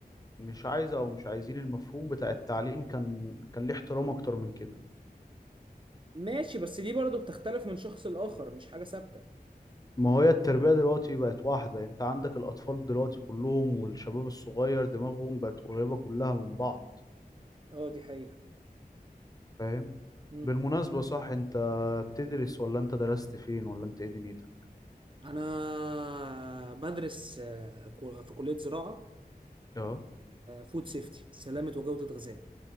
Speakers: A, on the left; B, on the right.
A: مش عايزه او مش عايزين المفهوم بتاع التعليم كان كان ليه احترام اكتر من كده
B: ماشي بس دي برضو بتختلف من شخص لآخر مش حاجة ثابتة
A: ما هي التربيه دلوقتي بقت واحده انت عندك الاطفال دلوقتي كلهم والشباب الصغير دماغهم بقت قريبه كلها من بعض
B: اه دي حقيقة
A: فاهم
B: مم.
A: بالمناسبه صح انت بتدرس ولا انت درست فين ولا انت ايه دنيتك
B: انا بدرس آه، كو- في كلية زراعة
A: اه
B: فود سيفتي سلامة وجودة غذاء